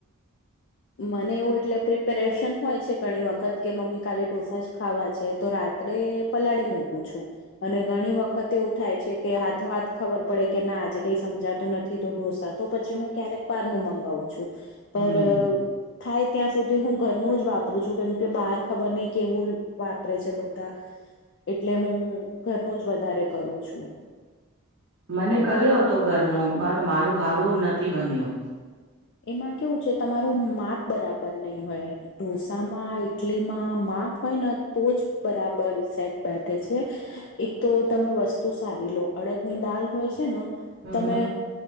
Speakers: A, on the right; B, on the left.
A: <inaudible>
B: મને એવું એટલે પ્રિપેરેશન હોય છે ઘણી વખત કે મમ્મી કાલે ઢોસા જ ખાવા છે તો રાત આપ પલાળી મૂકું છું અને ઘણી વખત એવું થાય છે કે હાથો હાથ ખબર પડે કે ના આજે કઈ સમજાતું નથી તો ઢોસા તો પછી હું ક્યારેક બાર નું મંગાવું છું
A: હમ્મ.
B: પર થાય ત્યાં સુધી હું ઘરનું જ વાપરું છું કેમ કે બહાર ખબર નહી કેવું વાપરે છે બધા એટલે હું ઘરનું જ વધારે કરું છું.
A: મને
B: એવું
A: કર્યો હતો ઘરનું મારું મારું હારું નથી બન્યું.
B: એમાં કેવું છે તમારું માપ બરાબર નહી હોય. ઢોસામાં ઈટલી માં માપ હોય ને તો જ બરાબર સેટ બેઠે છે. એક તો તમે વસ્તુ સારી લો અડદની દાલ હોય છે ન.
A: હમ્મ
B: તમે
A: હમ્મ.